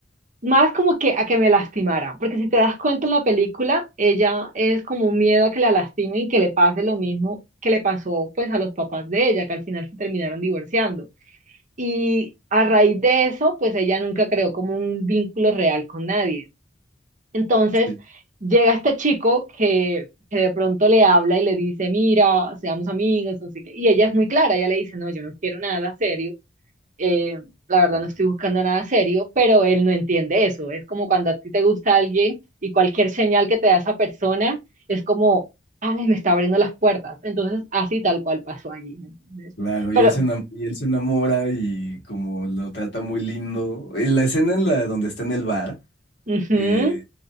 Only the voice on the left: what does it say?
Sí.
claro.
Claro,
y él se enam- y él se enamora y como lo trata muy lindo. En la escena en la donde está en el bar,
que